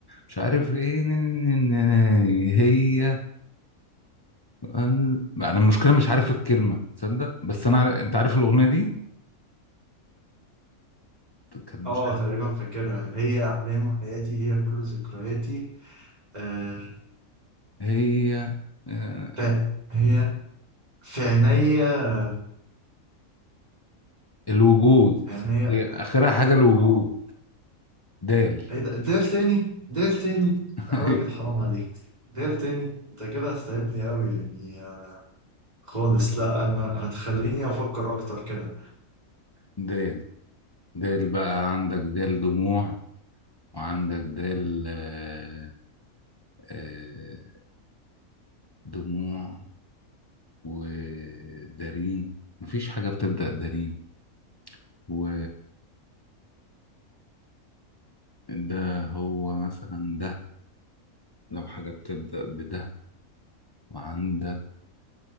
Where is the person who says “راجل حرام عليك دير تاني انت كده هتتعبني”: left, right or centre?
Right